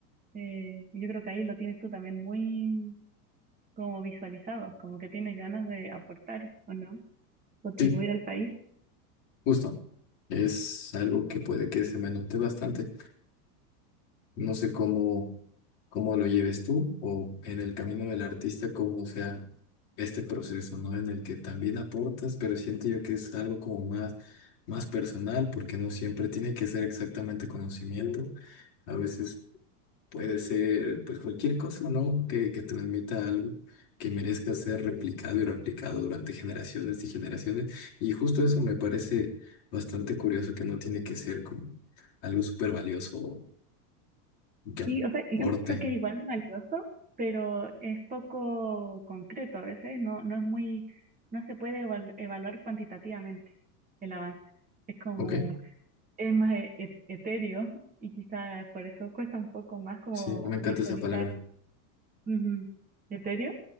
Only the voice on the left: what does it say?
Sí,
justo. Es algo que puede que se me note bastante. No sé cómo, cómo lo lleves tú o en el camino del artista, cómo sea este proceso, ¿no? En el que también aportas, pero siento yo que es algo como más, más personal, porque no siempre tiene que ser exactamente conocimiento. A veces Puede ser, pues, cualquier cosa, ¿no? Que, que transmita algo que merezca ser replicado y replicado durante generaciones y generaciones. Y justo eso me parece bastante curioso, que no tiene que ser como algo súper valioso o que aporte.
¿Ok?
Sí, me encanta
esa palabra.